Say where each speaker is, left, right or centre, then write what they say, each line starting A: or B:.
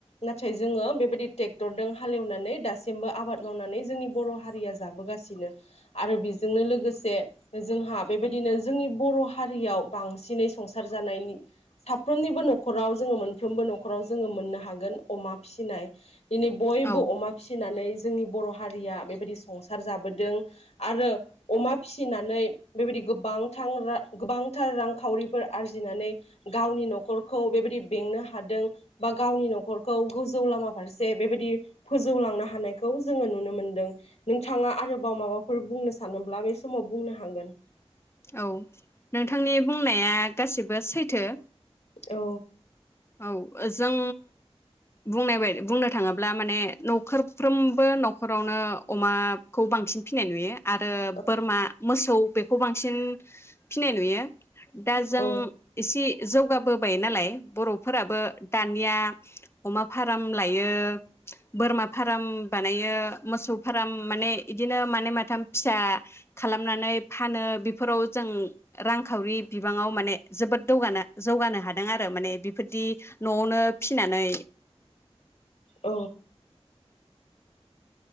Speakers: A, on the left; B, on the left.
A: नाथाय जोङो बेबायदि ट्रेक्टरजों हालेवनानै दासिमबो आबाद मावनानै जोंनि बर' हारिया जाबोगासिनो आरो बेजोंनो लोगोसे जोंहा बेबायदिनो जोंनि बर' हारियाव बांसिनै संसार जानायनि साफ्रोमनिबो न'खराव जोङो मोनफ्रोमबो न'खराव जोङो मोननो हागोन अमा फिसिनाय दिनै बयबो
B: औ
A: अमा फिसिनानै जोंनि बर' हारिया बेबायदि संसार जाबोदों आरो अमा फिसिनानै बेबायदि गोबांथां गोबांथार रांखावरिफोर आरजिनानै गावनि नखरखौ बेबायदि बेंनो हादों बा गावनि नखरखौ गोजौ लामा फारसे बेबायदि फोजौलांनो हानायखौ जोङो नुनो मोनदों ।नोंथाङा आरोबाव माबाफोर बुंनो सानोब्ला बे समाव बुंनो हागोन। <unintelligible>
B: औ नोंथांनि बुंनाया गासिबो सैथो
A: औ।
B: औ जों बुंनाय बाय बुंनो थाङोब्ला माने नख'रफ्रोमबो नख'रावनो अमाखौ बांसिन फिनाय नुयो । आरो
A: औ
B: बोरमा मोसौ बे खौ बांसिन फिसिनाय नुयो दा जों
A: औ
B: एसे जौगाबोबाय नालाय बर' फोराबो दानिया अमा फार्म लायो बोरमा फार्म बानायो मोसौ फाराम माने इद बिदिनो मानै माथाम फिसा खालामनानै फानो बेफोराव जों रांखावरि बिबाङाव माने जोबोद दौगानो जौगानो हादों आरो माने बि बेफोरदि न'आवनो फिसिनानै
A: औ